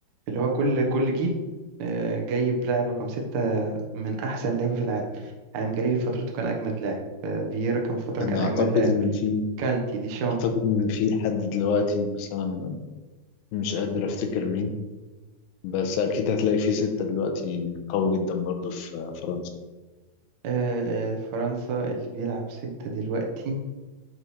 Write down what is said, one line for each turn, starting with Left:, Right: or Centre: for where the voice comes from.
Right: اللي هو كل كل جيل آه، جايب لاعب رقم ستة من احسن لعيبه في العالم يعني مجريري في فترته كان اجمد لاعب آه، فييرا كان في فتره
Left: يعني
Right: كان
Left: اعتقد
Right: اجمد لاعب
Left: ان في
Right: كانتي ديشام
Left: اعتقد ان في حد دلوقتي بس انا م- مش قادر افتكر مين بس اكيد هتلاقي في ستة دلوقتي قوي جدا برضو في فرنسا
Right: آه، آه، فرنسا اللي بيلعب ستة دلوقتي